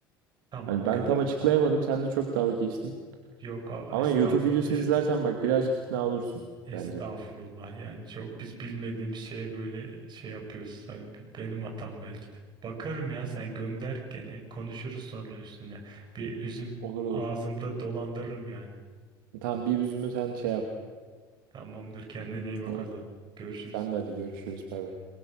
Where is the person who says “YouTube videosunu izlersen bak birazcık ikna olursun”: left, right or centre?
Right